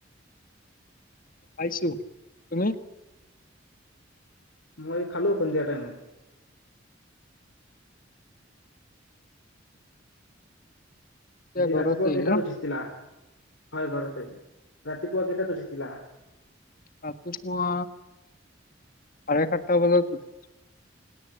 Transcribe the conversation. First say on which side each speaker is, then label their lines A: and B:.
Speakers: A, on the left; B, on the left.
A: পাইছো, তুমি?
B: মই খালো, সন্ধিয়া টাইমত।
A: এতিয়া
B: আজি
A: ঘৰতে
B: ৰাতিপুৱা কেইটাত
A: ন
B: উঠিছিলা? হয়, ঘৰতেই। ৰাতিপুৱা কেইটাত উঠিছিলা?
A: ৰাতিপুৱা, চাৰে সাতটা বজাত উঠি